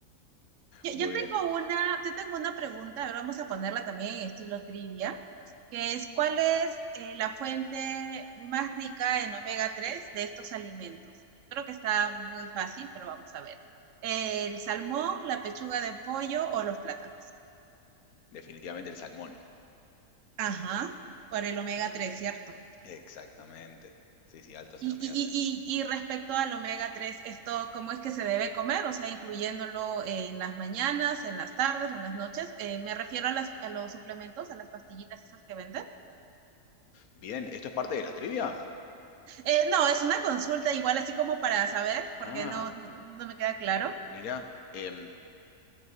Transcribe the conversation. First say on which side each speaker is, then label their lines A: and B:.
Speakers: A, on the right (about 65°); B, on the left (about 80°).
A: Yo,
B: Muy
A: yo
B: bien,
A: tengo una, yo tengo una pregunta, ahora vamos a ponerla también en estilo trivia, que es ¿cuál es eh, la fuente más rica en omega 3 de estos alimentos? Creo que está muy fácil, pero vamos a ver. ¿El salmón, la pechuga de pollo o los plátanos?
B: definitivamente el salmón.
A: Ajá, por el omega tres ¿cierto?
B: Exactamente. Sí, sí, altos
A: Y,
B: en omega
A: y,
B: tres
A: y, y respecto al omega 3 esto, ¿cómo es que se debe comer? O sea, incluyéndolo en las mañanas, en las tardes o en las noches. Eh, me refiero a, las, a, los suplementos, a las pastillitas esas que venden.
B: Bien, ¿esto es parte de la trivia?
A: Eh, no, es una consulta igual, así como para saber, porque
B: Ah,
A: no, no me queda claro.
B: mira, em,